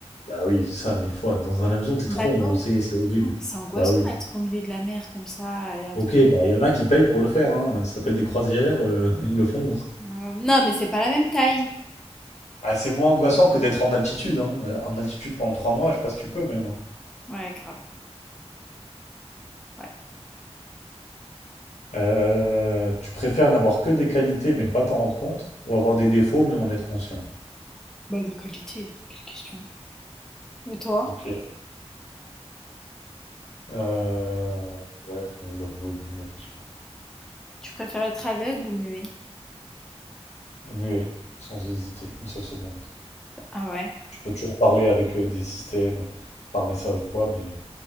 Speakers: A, on the left; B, in the centre.
A: Bah oui, ça, mille fois. Dans un avion, t'es trop
B: Un bateau?
A: engoncé, c'est horrible.
B: Ah, mais c'est angoissant
A: Bah oui.
B: d'être au milieu de la mer comme ça. et à
A: Ok,
B: tout moment.
A: bah il y en a qui payent pour le faire, hein. Ça s'appelle des croisières, euh, <laughs> ils le font.
B: Hum, Non, mais c'est pas la même taille.
A: Ah, c'est moins angoissant que d'être en altitude, hein. Euh, En altitude pendant trois mois, je sais pas si tu peux même. hein.
B: Ouais, grave. Ouais.
A: Euh, tu préfères n'avoir que des qualités mais ne pas t'en rendre compte, ou avoir des défauts mais en être conscient?
B: Bah, de qualité, quelle question. Et toi,
A: Ok. Euh, ouais, j'avoue, elle est nulle, la question.
B: tu préfères être aveugle ou muet?
A: Muet, sans hésiter, une seule seconde.
B: Ah ouais,
A: Tu peux toujours parler avec euh, des systèmes par message ou quoi, mais